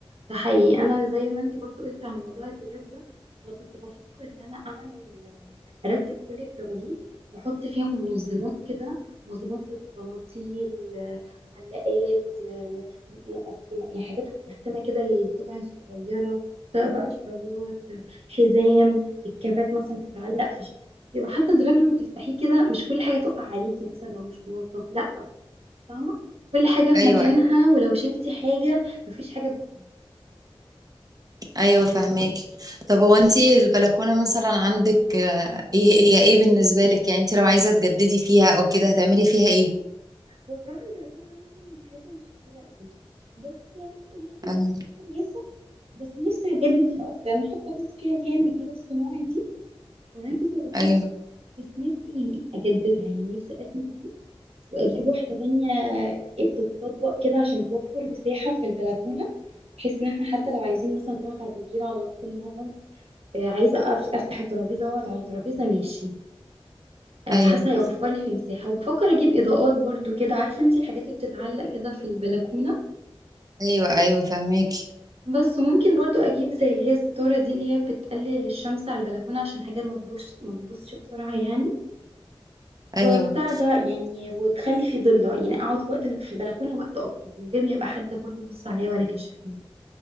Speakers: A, on the right; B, on the right.
A: ده حقيقي انا زي ما انت برضه قلت على موضوع الدولاب ده انا كنت بفكر ان انا اعمل ارتب كل الدواليب واحط فيهم منظمات كده منظمات للبناطيل آه، علاقات آه، مقسم- يعني حاجات متقسمه كده للقطع الصغيره سواء بقى شرابات آه، حزام الكابات مثلا تتعلق في شكل يبقى حتى الدولاب لما تفتحيه كده مش كل حاجه تقع عليكي مثلا لو مش منظم لا فاهمه كل حاجه في
B: ايوه
A: ايوه مكانها ولو شلتي حاجه مفيش حاجه بت-
B: ايوه فهماكي طب هو انتي البلكونة مثلا عندك آه، ايه هي ايه بالنسبة لك يعني انتي لو عايزة تجددي فيها او كده هتعملي فيها ايه؟
A: هو صراحه البلكونه عندي مساحتها مش كبيره قوي بس يعني هي
B: ايوه
A: كويسه بس نفسي اجدد فيها اكتر انا حاطه بس فيها اللي هي النجيله الصناعي دي وعندي ترابيزه
B: ايوه
A: بس نفسي يعني اجددها يعني نفسي ارمي دي واجيب واحده تانية بتتطبق كده عشان توفر مساحه في البلكونه بحيث ان احنا حتى لو عايزين مثلا نقعد على النجيله على طول نقعد آه، عايزه أقف- افتح الترابيزه واقعد على ترابيزه ماشي آه،
B: ايوه
A: حاسه هيوفر لي في مساحه وبفكر اجيب اضاءات برضو كده عارفه انتي الحاجات اللي بتتعلق كده في البلكونه
B: ايوه ايوه فهماك
A: بس وممكن برضو اجيب زي اللي هي الستارة دي اللي هي بتقلل الشمس على البلكونة عشان حاجة ما تبوظش ما تبوظش بسرعة يعني
B: ايوه
A: وبتاع ده يعني وتخلي في ضلة يعني اقعد في وقت في البلكونة وقت اكتر من غير ما يبقى حد برضو بص عليا ولا كشفني